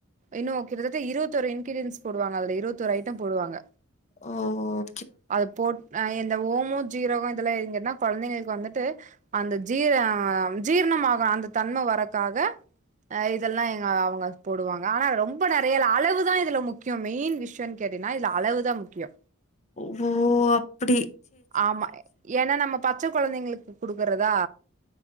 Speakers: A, on the right; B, on the left.
A: இன்னு கிட்டத்தட்ட இருவத்தோரு இ்ன்கிரீடியன்ஸ் போடுவாங்க அதுல இருவத்தோரு ஐட்டம் போடுவாங்க
B: ஓ ஓ
A: அது போட் நா என் ட்ட ஓமோ ஜீரகோ இதெல்லா இருந்துதுன்னா கொழந்தைங்களுக்கு வந்துட்டு அந்த ஜீர அ ஜீரணமாக அந்த தன்ம வரக்காக ஆ இதெல்லா எங்க அவுங்க போடுவாங்க ஆனா அது ரொம்ப நெறையல்லா அளவுதா இதுல முக்கியோ மெயின் விஷ்ய கேட்டீன்னா இதுல அளவுதா முக்கியோ
B: ஓ அப்டி
A: ஆமா ஏனா நம்ம பச்ச கொழந்தைங்களுக்கு குடுக்குறதா